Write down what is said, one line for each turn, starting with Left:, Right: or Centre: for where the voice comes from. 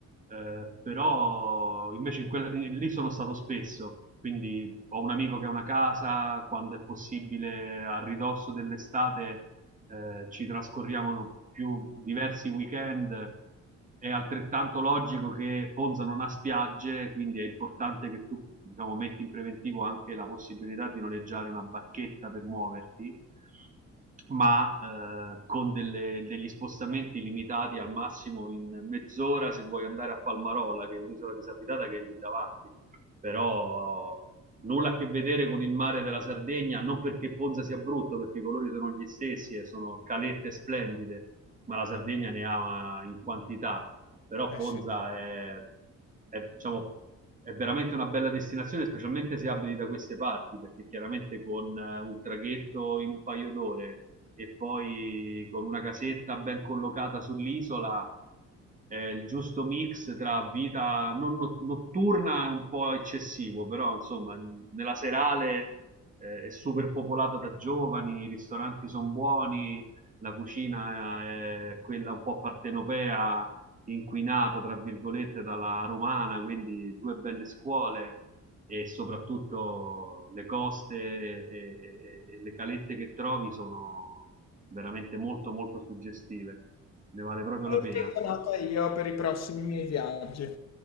Right: Eh, però invece in quella- in- lì sono stato spesso, quindi ho un amico che ha una casa, quando è possibile a ridosso dell'estate eh, ci trascorriamo più diversi weekend, è altrettanto logico che Ponza non ha spiagge, quindi è importante che tu diciamo, metti in preventivo anche la possibilità di noleggiare una barchetta per muoverti, ma eh, con delle, degli spostamenti limitati al massimo in mezz'ora se vuoi andare a Palmarola, che è un'isola disabitata che è lì davanti, però Nulla a che vedere con il mare della Sardegna, non perché Ponza sia brutto, perché i colori sono gli stessi e sono calette splendide, ma la Sardegna ne ha eh, in quantità. Però
Left: eh
Right: Ponza
Left: sì.
Right: è, è, diciamo, è veramente una bella destinazione, specialmente se abiti da queste parti, perché chiaramente con eh, un traghetto in un paio d'ore e poi con una casetta ben collocata sull'isola eh, il giusto mix tra vita non no- notturna è un po' eccessivo, però insomma n- nella serale eh, è super popolata da giovani, i ristoranti sono buoni, la cucina è quella un po' partenopea, inquinata tra virgolette dalla romana, quindi due belle scuole e soprattutto le coste e, e- e le calette che trovi sono veramente molto molto suggestive, ne vale proprio
Left: E
Right: la pena.
Left: tengo nota io per i prossimi miei viaggi.